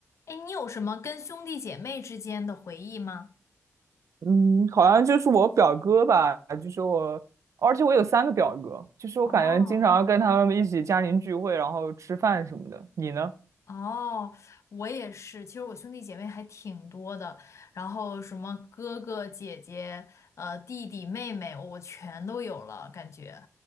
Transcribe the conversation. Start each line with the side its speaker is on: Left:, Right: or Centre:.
Left: 哎，你有什么跟兄弟姐妹之间的回忆吗？
Right: 嗯，好像就是我表哥吧，就是我，而且我有三个表哥，就是我感觉经常跟他们一起家庭聚会，
Left: 哦，
Right: 然后吃饭什么的。你呢？
Left: 哦，我也是。其实我兄弟姐妹还挺多的，然后什么哥哥、姐姐、呃弟弟、妹妹，我全都有了感觉。